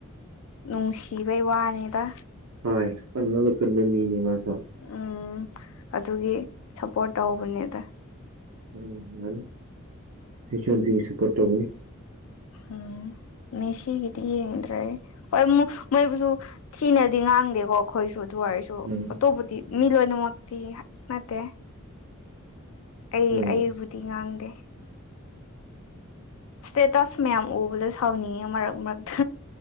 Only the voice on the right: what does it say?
ꯍꫭꯏ ꯍꫭꯠꯅꯕ ꯀꯟꯕ ꯃꯤꯅꯦ ꯃꯥꯁꯨ
ꯎꯝ ꯃꯥꯅꯤ ꯏꯆꯟꯗꯤ ꯁꯄꯔ ꯇꯕꯨꯅꯤ
ꯎꯝ
ꯎꯝ